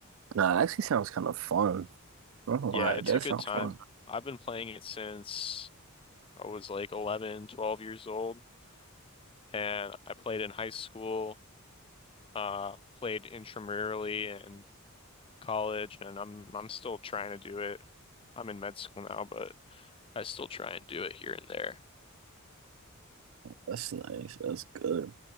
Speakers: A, on the right; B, on the left.
A: Nah, it actually sounds kind of fun. I don't know
B: yeah
A: why.
B: it's
A: That Yeah,
B: a
A: sounds
B: good time
A: fun.
B: I've been playing it since I was like 11, 12 years old, and I played in high school, uh, played intramurally in college, and I'm I'm still trying to do it. I'm in med school now, but I still try and do it here and there.
A: That's nice. That's good.